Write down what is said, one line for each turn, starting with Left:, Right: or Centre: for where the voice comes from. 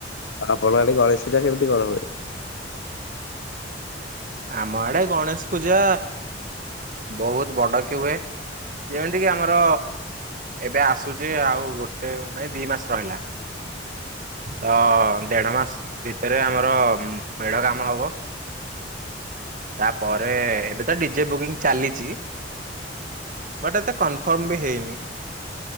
Left: ଆଉ ଆପଣଙ୍କ ଆଡେ ଗଣେଶ ପୂଜା କେମିତି କଣ ହୁଏ?
Right: ଆମ ଆଡେ ଗଣେଶପୂଜା ବହୁତ ବଡ କି ହୁଏ। ଯେମିତି କିି ଆମର ଏବେ ଆସୁଛି ଆଉ ଗୋଟେ ନାଇଁ ଦି ମାସ ରହିଲା। ତ ଦେଢ ମାସ ଭିତରେ ଆମର ମେଢ କାମ ହବ। ତାପରେ ଏବେ ତ ଡିଜେ ବୁକିଂ ଚାଲିଚି। ବଟ୍ ଏତେ କନଫର୍ମ ବି ହେଇନି।